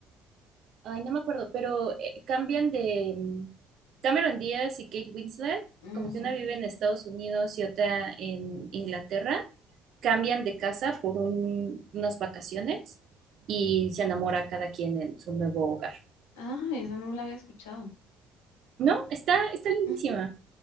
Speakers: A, on the right; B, on the left.
A: Ay, no me acuerdo, pero eh, cambian de... mm, Cameron Díaz y Kate Winslet,
B: ujú.
A: como que una vive en Estados Unidos y otra en Inglaterra, cambian de casa por un- unas vacaciones y se enamora cada quien en su nuevo hogar.
B: Ah, esa no la había escuchado.
A: No, está, está lindísima.
B: Ujú.